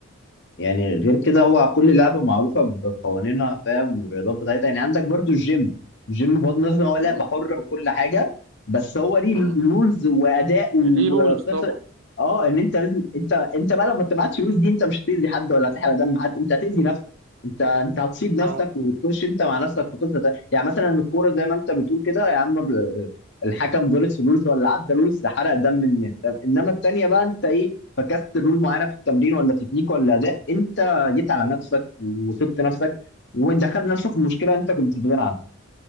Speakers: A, on the left; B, on the right.
A: يعني غير كده هو كل لعبة معروفة بقوانينها فاهم والرياضات بتاعتها يعني عندك برضو الجيم الجيم بغض النظر ان هو لعبة
B: مم.
A: حرة وكل حاجة بس هو ليه
B: مم.
A: رولز وأداء
B: ليه
A: وقصة
B: رولز طبعا
A: اه ان انت لازم انت انت بقى لو ما اتبعتش الرولز دي انت مش هتأذي حد ولا هتحرق دم حد انت هتأذي نفسك انت انت هتصيب
B: اه
A: نفسك وتخش انت مع نفسك في قصة تانية. يعني مثلا الكورة زي ما انت بتقول كده يا عم الحكم غلط في رولز ولا عدى رولز ده حرق دم الناس طب انما التانية بقى انت ايه فكست رول معينه في التمرين ولا تكنيك ولا اداء انت جيت على
B: مم.
A: نفسك وسبت نفسك ودخلت نفسك في مشكله انت كنت في غنى عنها